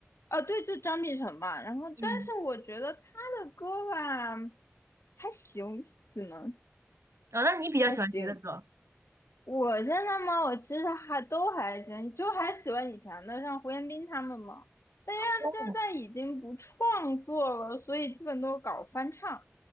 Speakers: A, on the left (about 70°); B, on the right (about 80°).
A: 啊，对，就张碧晨嘛。然后，
B: 嗯，
A: 但是我觉得他的歌吧，还行，只能
B: 啊、那你比较喜欢谁的歌？
A: 还行。我现在嘛，我其实还都还行，就还喜欢以前的，像胡彦斌他们嘛。但因为他们现在已经不创作了，
B: 哦，
A: 所以基本都是搞翻唱。